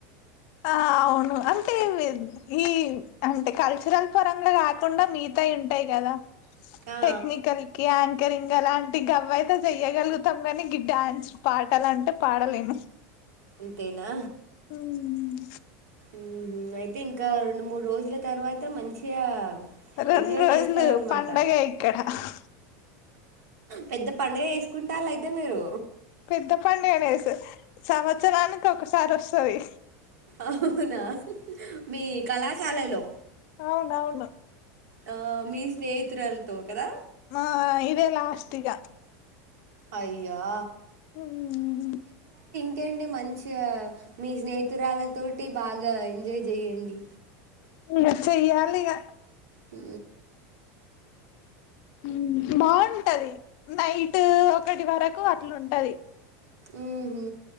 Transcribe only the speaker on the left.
ఆ అవును అంటే ఈ అంటే కల్చరల్ పరంగా కాకుండా మిగతాయి ఉంటాయి కదా.
టెక్నికల్ క్యాన్ కెరిఇంగా లాంటి గవ్వ అయితే చెయ్యగలుగుతాం గానీ ఇంక డ్యాన్స్ పాటాలంటే పాడలేను.
ఉమ్
రెండు
రోజులు
పండగ ఇక్కడ హు
పెద్ద పండుగ అనేసు సంవత్సరానికి ఒకసారి వస్తది.
అవునవును
మా ఇదే లాస్ట్ ఇగ
ఉహుహుహు
ఇంగా చెయ్యాలి ఇగ
మ్ బావుంటది నైట్ ఒకటి వరకు అట్లుంటది.